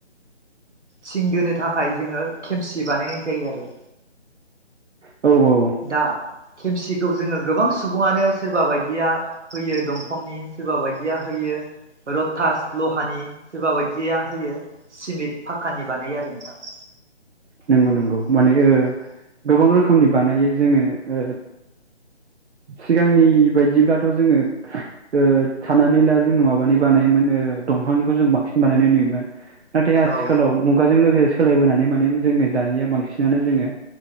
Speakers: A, on the right; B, on the right.
A: थिं दोनो थाखाय थाखाय जोङो खेमसि बानायनाय जायो आरो
B: औ
A: दा खेमसिखौ जोङो गोबां सुबुङानो सोरबा बायदिया होयो दंफांनि सोरबा बायदि या होयो रथास लहानि सोरबा बायदिया होयो सिमेट फ खानि बानायो आरो नोंथां
B: नंगौ नंगौ माने ओ गोबां रोखोमनि बानायो जोङो ओ सिगांनि बायदिब्लाथ' जोङो ओ साननानै ला जों माबानि बानायोमोन दंफांनिखौ जों बांसिन बानायनाय नुयोमोन नाथाय आथिखालाव
A: औ
B: मुगाजों सोलायबोनानै माने जोङो दानिया बांसिनानो जोङो